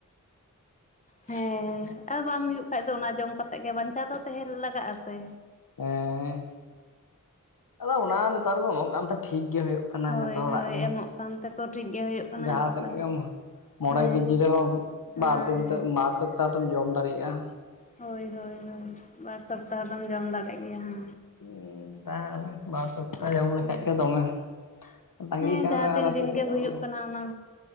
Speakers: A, on the left (about 85°); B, on the left (about 25°).
A: <inaudible>
B: ᱦᱮᱸ ᱟᱨ ᱵᱟᱝ ᱦᱩᱭᱩᱜ ᱠᱷᱟᱡ ᱫᱚ ᱚᱱᱟ ᱡᱚᱢ ᱠᱟᱛᱮᱜ ᱜᱮ ᱵᱟᱧᱪᱟᱣ ᱫᱚ ᱛᱟᱦᱮᱸ ᱞᱟᱜᱟᱜᱼᱟ ᱥᱮ᱾
A: ᱦᱮᱸ ᱟᱫᱚ ᱚᱱᱟ ᱱᱮᱛᱟᱨ ᱫᱚᱠᱚ ᱮᱢᱚᱜ ᱠᱟᱱᱛᱮ ᱴᱷᱤᱠ ᱜᱮ ᱦᱩᱭᱩᱜ ᱠᱟᱱᱟ
B: ᱦᱳᱭ
A: ᱡᱚᱛᱚ ᱦᱚᱲᱟᱜ
B: ᱦᱳᱭ
A: ᱜᱮ,
B: ᱮᱢᱚᱜ ᱠᱟᱱ ᱛᱮᱠᱚ ᱴᱷᱤᱠ ᱜᱮ ᱦᱩᱭᱩᱜ ᱠᱟᱱᱟ
A: ᱡᱟᱦᱟᱸ
B: ᱮᱢᱚᱜ
A: ᱛᱤᱱᱟᱹᱜ
B: ᱠᱟᱱ
A: ᱜᱮᱢ
B: ᱛᱮ
A: ᱢᱚᱬᱮ
B: ᱦᱮᱸ
A: ᱠᱮᱡᱤ ᱨᱮᱦᱚᱸ
B: ᱦᱮᱸ
A: ᱵᱟᱨ ᱫᱤᱱ
B: ᱦᱮᱸ
A: ᱛᱮ ᱢᱟᱨ ᱥᱚᱯᱛᱟᱦᱚ ᱛᱚᱢ ᱡᱚᱢ ᱫᱟᱲᱮᱭᱟᱜᱼᱟ᱾
B: ᱦᱳᱭ ᱦᱳᱭ ᱦᱳᱭ ᱵᱟᱨ ᱥᱚᱯᱛᱟᱦᱚ ᱫᱚᱢ ᱡᱚᱢ ᱫᱟᱲᱮᱜ ᱜᱮᱭᱟ ᱦᱮᱸ᱾
A: ᱩᱸ ᱛᱟᱦᱞᱮ ᱵᱟᱨ ᱥᱚᱯ ᱛᱟᱦᱚ ᱡᱚᱢ ᱞᱮᱠᱷᱟᱡ
B: ᱦᱮᱸ
A: ᱜᱮ ᱫᱚᱢᱮ᱾ ᱛᱟᱸᱜᱤ
B: ᱦᱮᱸ
A: ᱠᱟᱜ
B: ᱡᱟᱦᱟᱸ
A: ᱢᱮ
B: ᱛᱤᱱ
A: ᱟᱨ
B: ᱫᱤᱱ
A: <inaudible>
B: ᱜᱮ ᱦᱩᱭᱩᱜ ᱠᱟᱱᱟ ᱚᱱᱟ